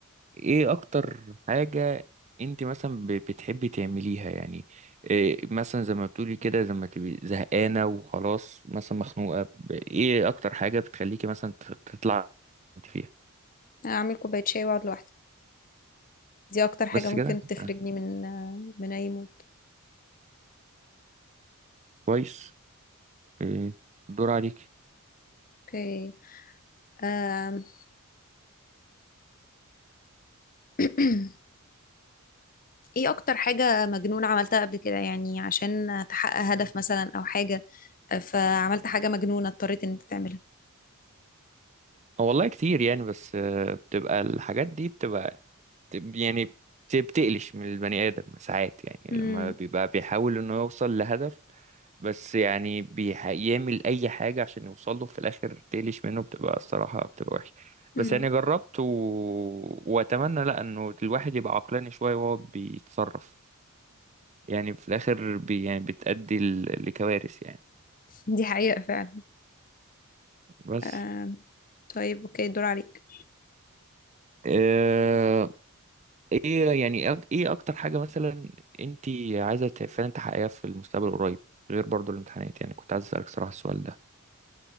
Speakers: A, on the right; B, on the left.
A: ايه اكتر حاجه انت مثلا ب- بتحبي تعمليها يعني إيه مثلا زي ما بتقولي كده زي ما تبقي زهقانه وخلاص مثلا مخنوقه ب- ايه اكتر حاجه بتخليكي مثلا تطلع انت فيها
B: اعمل كوباية شاي واقعد لوحدي دي اكتر حاجة
A: بس
B: ممكن
A: كده
B: تخرجني
A: آه،
B: من آه، من اي مود
A: كويس إيه، دور عليك
B: اوكي أم. <clears throat> ايه اكتر حاجة مجنون عملتها قبل كده يعني عشان تحقق هدف مثلا او حاجة آه، فعملت حاجة مجنونة اضطريت ان انت تعملها
A: اه والله كتير يعني بس آه، بتبقى الحاجات دي بتبقى بتب- يعني بت- بتقلش من البني آدم ساعات يعني
B: امم
A: لما بيبقى بيحاول انه يوصل لهدف بس يعني بيعمل اي حاجة عشان يوصل له في الاخر تقلش منه بتبقى الصراحة بتبقى وحشة
B: امم
A: بس يعني جربت و... واتمنى لا انه الواحد يبقى عقلاني شوية وهو بيتصرف يعني في الاخر بي... يعني بتأدي ل... لكوارث يعني
B: دي حقيقة فعلا
A: بس
B: آم، طيب اوكي الدور عليك
A: آه، ايه يعني إيه أك- ايه اكتر حاجة مثلا انت عايزة ت- فعلا تحققيها في المستقبل القريب غير برضو الامتحانات يعني كنت عايز اسألك صراحة السؤال ده